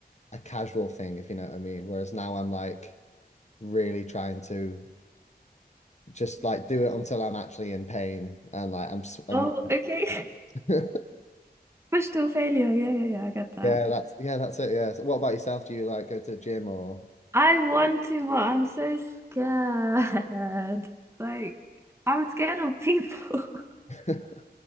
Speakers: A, on the left; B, on the right.
A: a casual thing, if you know what I mean. Whereas now I'm like really trying to just like do it until I'm actually in pain and like I'm, s- I'm
B: Oh, okay.
A: <laughs> yeah
B: <laughs> Push-to failure. Yeah, yeah, yeah. I get that.
A: that's yeah that's it yeah so what about yourself do you like go to the gym or
B: I want to, but I'm so scared. <laughs> Like, I'm scared of people. <laughs>
A: <laughs> yeah